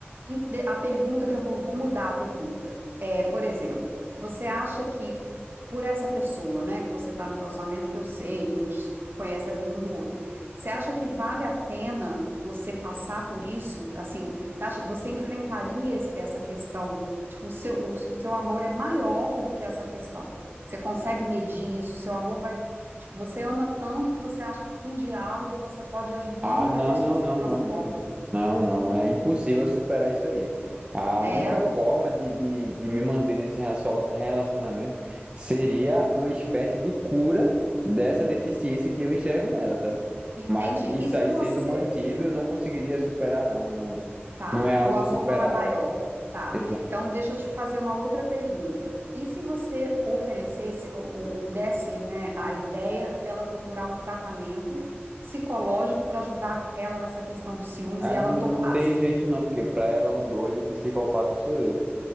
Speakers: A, on the right (about 55°); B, on the right (about 25°).
A: Em- de- A pergunta que eu vou, vou mudar a pergunta é, por exemplo, você acha que por essa pessoa, né, que você está no relacionamento que eu sei, a gente conhece a vida um do outro, você acha que vale a pena você passar por isso? Assim, você acha, você enfrentaria essa essa questão? Tipo, o seu, o seu amor é maior do que essa questão. Você consegue medir isso? Seu amor vai, tipo, você ama tanto que você acha que com diálogo você pode ir ajudando
B: Ah,
A: que
B: não,
A: a pessoa
B: não,
A: se
B: não,
A: transforme.
B: não, não, não. Não, não, é impossível superar isso aí. A
A: É.
B: única forma de, de, de me manter nesse racio- relacionamento seria uma espécie de cura dessa deficiência que eu enxergo nela, sabe?
A: Entendi.
B: Mas isso
A: E se
B: aí
A: você
B: sendo mantido, eu não conseguiria superar, não. Não,
A: tá,
B: não é algo
A: o amor
B: superável.
A: não é maior, tá?
B: Exato.
A: Então deixa eu te fazer uma outra pergunta. E se você oferecesse ou, ou- ou desse, né, a ideia dela procurar um tratamento psicológico para ajudar ela nessa questão dos ciúmes
B: Ah,
A: e ela
B: não,
A: topasse?
B: não tem jeito, não, porque para ela o doido, o psicopata sou eu.